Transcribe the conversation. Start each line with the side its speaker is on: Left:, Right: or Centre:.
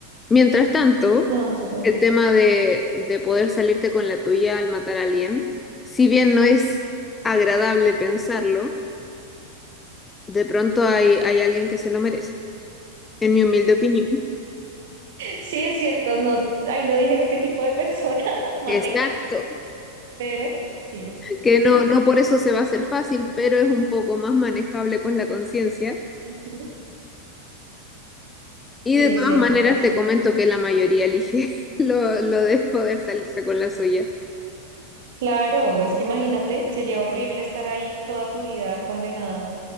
Left: Mientras tanto,
Right: no, sería horrible.
Left: el tema de, de poder salirte con la tuya al matar a alguien, si bien no es agradable pensarlo, de pronto hay, hay alguien que se lo merece, en mi humilde opinión.
Right: Sí, es cierto, no, ahí no dijeron qué tipo de persona <laughs> maté,
Left: Exacto,
Right: pero sí,
Left: que
Right: sí,
Left: no, no por eso se va a hacer fácil, pero es un poco más manejable con la conciencia.
Right: ujú,
Left: Y
Right: sí,
Left: de
Right: es
Left: todas
Right: cierto,
Left: maneras
Right: es
Left: te
Right: cierto.
Left: comento que la mayoría elige <laughs> lo, lo de poder salirse con la suya.
Right: Claro, es que imagínate, sería horrible estar ahí toda tu vida condenada